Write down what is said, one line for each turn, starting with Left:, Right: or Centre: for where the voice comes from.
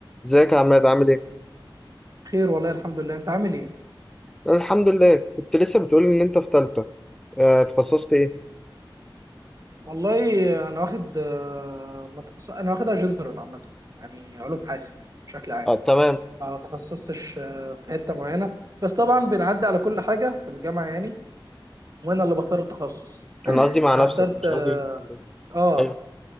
Centre: ازيك يا عماد عامل ايه؟
Right: خير والله الحمد لله انت عامل ايه
Centre: أنا الحمد لله كنت لسه بتقولي ان انت في تالتة آه، اتخصصت ايه؟
Right: والله انا واخد آه، ما تخص... انا واخدها جنرال عامه يعني علوم حاسب بشكل عام
Centre: اه تمام
Right: ما تخصصتش آه، في حته معينه بس طبعا بنعدي على كل حاجه في الجامعه يعني وانا اللي بختار التخصص
Centre: انا قصدي مع
Right: انا
Centre: نفسك
Right: اخترت
Centre: مش
Right: اه,
Centre: قصدي في الكلية
Right: آه
Centre: ايوه